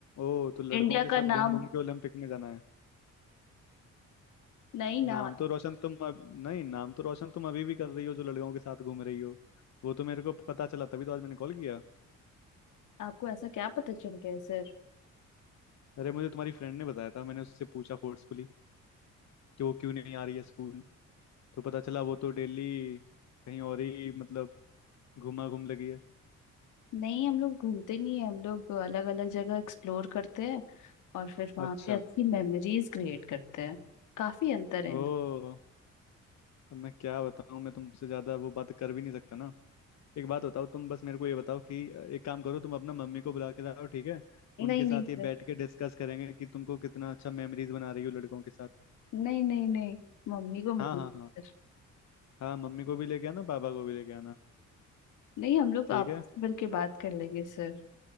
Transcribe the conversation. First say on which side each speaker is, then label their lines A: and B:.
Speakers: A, on the left; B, on the left.
A: ओ तो लड़कों
B: इंडिया
A: के साथ
B: का नाम
A: घूम घूम के ओलंपिक में जाना है
B: नहीं ना
A: नाम तो रोशन तुम अब नहीं नाम तो रोशन तुम अभी भी कर रही हो जो लड़कों के साथ घूम रही हो वो तो मेरे को पता चला तभी तो आज मैंने कॉल किया
B: आपको ऐसा क्या पता चल गया है, सर
A: अरे मुझे तुम्हारी फ्रेंड ने बताया था मैंने उससे पूछा फोर्सफुली कि वो क्यों नहीं आ रही है स्कूल तो पता चला वो तो डेली कहीं और ही मतलब घुमा घूम लगी है
B: नहीं हम लोग घूमते नहीं है हम लोग अलग अलग जगह एक्सप्लोर करते हैं और फिर वहां
A: अच्छा
B: पे अच्छी मेमोरीज क्रिएट करते हैं काफी अंतर है इन
A: ओ
B: दो-
A: अब मैं क्या बताऊं मैं तुमसे ज्यादा वो बात कर भी नहीं सकता ना एक बात बताओ तुम बस मेरे को ये बताओ कि अ, एक काम करो तुम अपना मम्मी को बुला के लाओ ठीक है
B: नहीं
A: उनके
B: नहीं
A: साथ
B: सर
A: ये बैठ के डिस्कस करेंगे कि तुमको कितना अच्छा मेमोरीज बना रही हो लड़कों के साथ
B: नहीं नहीं नहीं मम्मी को मत
A: हाँ
B: बोलो
A: हाँ हाँ
B: सर
A: हाँ मम्मी को भी लेके आना पापा को भी लेके आना
B: नहीं हम लोग
A: ठीक
B: आपस
A: है
B: में मिल के बात कर लेंगे सर